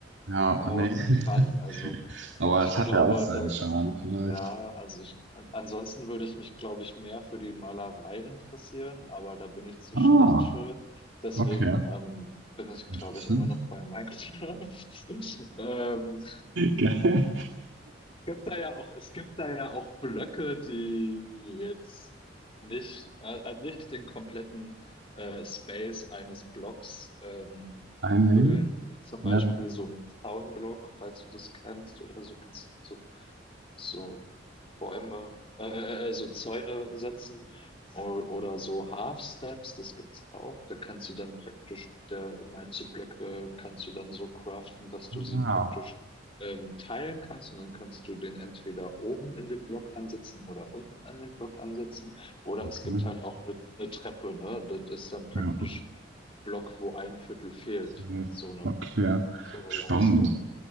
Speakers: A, on the right; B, on the left.
A: Ja,
B: bauen
A: nee. <laughs>
B: kann. Also
A: Aber
B: ich
A: das
B: glaube,
A: hat ja auch seinen
B: da,
A: Charme vielleicht.
B: ja, also ich, an- ansonsten würde ich mich, glaube ich, mehr für die Malerei interessieren, aber da bin ich zu
A: Ah,
B: schlecht für. Deswegen
A: okay.
B: ähm, bin ich,
A: Interessant.
B: glaube ich, immer noch bei Minecraft. <laughs> Ähm,
A: <laughs> Geil.
B: gibt da ja auch, es gibt da ja auch Blöcke, die jetzt nicht, äh, äh, nicht den kompletten äh, Space eines Blocks ähm,
A: Einnehmen?
B: füllen, wie zum Beispiel
A: Ja.
B: so ein Zaunblock, falls du das kennst oder so, kennst du den so, so Bäume, äh, äh, äh, so Zäune setzen o- oder so Half Steps, das gibt's auch. Da kannst du dann praktisch, der Einzelblöcke kannst du dann so craften, dass du sie
A: Ja,
B: praktisch ähm, teilen kannst und dann kannst du den entweder oben in den Block ansetzen oder unten an den Block ansetzen. Oder
A: okay.
B: es gibt halt auch eine, eine Treppe, ne? Das ist dann praktisch
A: Ja,
B: Block, wo ein Viertel fehlt.
A: safe.
B: So eine,
A: Okay.
B: so eine
A: Spannend.
B: Leiste.